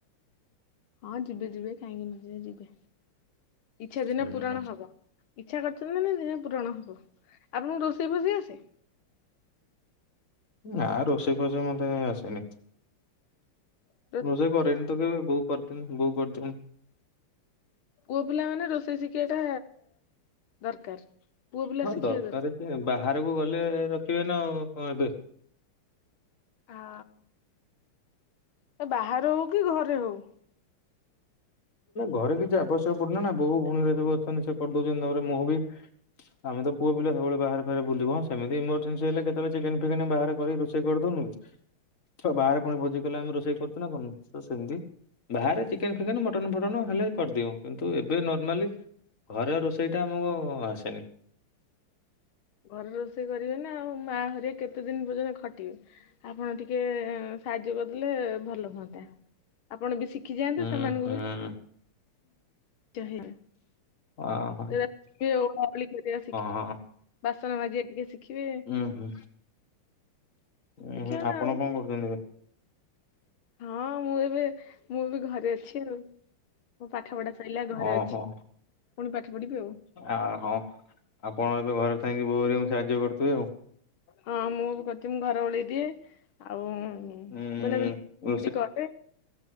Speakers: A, on the left; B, on the left.
A: ହଁ ଯିବେ ଯିବେ କାହିଁକି ନା ଯିବେ ଇଚ୍ଛା ଦିନେ
B: ହୁଁ।
A: ପୁରଣ ହବ। ଇଚ୍ଛା କରିଛନ୍ତି ମାନେ ଦିନେ ପୁରଣ ହବ ଆପଣଙ୍କୁ ରୋଷେଇ ଫୋଷେଇ ଆସେ।
B: ନା ରୋଷେଇ ଫୋଷେଇ ମତେ ଆସେନି।
A: ହୁଁ।
B: ରୋଷେଇ କରେନି ତ କେବେ ବୋଉ କରିଦିଅନ୍ତି ବୋଉ କରିଦିଅନ୍ତି।
A: ପୁଅ ପିଲା ମାନେ ରୋଷେଇ ଶିଖିବାଟା ଦରକାର। ପୁଅ ପିଲା
B: ହଁ
A: ଶିଖିବା
B: ଦରକାର ଯେ ବାହାରକୁ ଗଲେ ରଖିବେ ନା ଆଉ କଣ ଏବେ।
A: ଆ ତ ବାହାରେ ହଉ କି ଘରେ ହଉ।
B: ଘରେ କିଛି ଆବଶ୍ୟକ ପଡୁନି ନା ବୋଉ ଭଉଣୀ ହରିକା ସବୁ ଅଛନ୍ତି ସେ କରିଦଉଛନ୍ତି ତାପରେ ମୁଁ ବି ଆମେ ତ ପୁଅ ପିଲା ସବୁବେଳେ ବାହାରେ ବାହରେ ବୁଲିବ ସେମିତି ଇମରଜେନ୍ସି ହେଲେ କେତେବେଳେ ଚିକେନ ଫିକେନ ବାହାର କରି ସେ କରିଦଉନୁ କି। ବାହାରେ ପୁଣି ଭୋଜି କଲେ ଆମେ ରୋଷେଇ କରୁଛୁ ନା କରୁନୁ ସେମିତି ବାହାରେ ଚିକେନ ଫିକେନ୍ ମଟନ ଫଟନ ହେଲେ ହିଁ କରିଦୋଉ କିନ୍ତୁ ଏବେ ନର୍ମାଲି ଘରେ ଆଉ ରୋଷେଇଟା ଆମକୁ ଆସେନି।
A: ଘରେ ରୋଷେଇ କରିବେ ନା ଆଉ ମା ହରିଆ କେତେ ଦିନ ପର୍ଯ୍ୟନ୍ତ ଖଟିବେ ଆପଣ ଟିକେ ସାହାଯ୍ୟ କରିଦେଲେ ଭଲ ହୁଅନ୍ତା ଆପଣ ବି ଶିଖିଯାଆନ୍ତୁ
B: ହୁଁ
A: ସେମାନଙ୍କୁ
B: ହୁଁ
A: ବି ଚାଆ
B: ଅ ହଁ
A: ସେ <unintelligible>
B: ହଁ
A: ବାସନ ମାଜିଆ ଟିକେ ଶିଖିବେ
B: ହୁଁ ହୁଁ ଉ
A: ଶିଖିବେ
B: ହୁଁ
A: ନା
B: ଆପଣ
A: ଆଉ
B: କଣ କରୁଛନ୍ତି ଏଵେ
A: ହଁ ମୁଁ ଏବେ ମୁଁ ବି ଘରେ ଅଛି ଆଉ ମୋ ପାଠ ପଢା ସାରିଲା ଘରେ
B: ଓହୋ
A: ଅଛି ପୁଣି ପାଠ ପଢିବି ଆଉ
B: ଆ ହଁ ଆପଣ ଏବେ ଘରେ ଥାଇକି ବୋଉ ହେରିକାଙ୍କୁ ସାହାଯ୍ୟ କରୁଥିବେ ଆଉ
A: ହଁ ମୁଁ ବି କରୁଛି ମୁଁ ଘର ଓଳେଇ ଦିଏ ଆଉ
B: ଉଁ
A: ବେଳେ ବେଳେ ଏମିତି କରେ